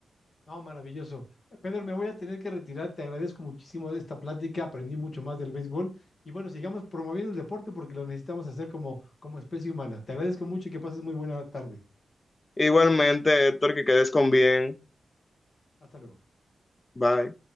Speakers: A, on the left (about 40°); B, on the left (about 25°).
A: No, maravilloso. Eh, Pedro, me voy a tener que retirar. Te agradezco muchísimo esta plática. Aprendí mucho más del béisbol. Y bueno, sigamos promoviendo el deporte porque lo necesitamos hacer como, como especie humana. Te agradezco mucho y que pases muy buena tarde.
B: Igualmente, Héctor, que quedes con bien.
A: Hasta luego.
B: Bye.